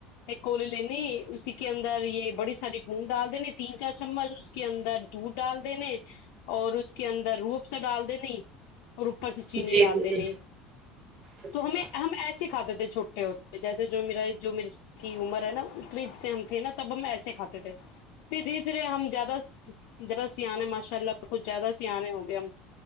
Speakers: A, on the left (about 70°); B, on the right (about 40°).
A: ایک کولی لینی اسی کے اندر یہ بڑی ساری گڈ ڈال دینے تین چار چمچ اس کے اندر دودھ ڈال دینے اور اس کے اندر روپ سے ڈال دینی اور اوپر سے
B: جی
A: چیننی ڈال
B: جی جی
A: دی نہیں
B: اچھا
A: تو ہمیں ہم ایسے کھاتے تھے چھوٹے ہوتے جیسے جو میرا جو کی عمر ہے نا اتنے اتنے ہم تھے نا تب ہم ایسے کھاتے تھے پھر دھیرے دھیرے ہم زیادہ زیادہ سیانے ماشاء اللہ کچھ زیادہ س آنے ہو گئے ہم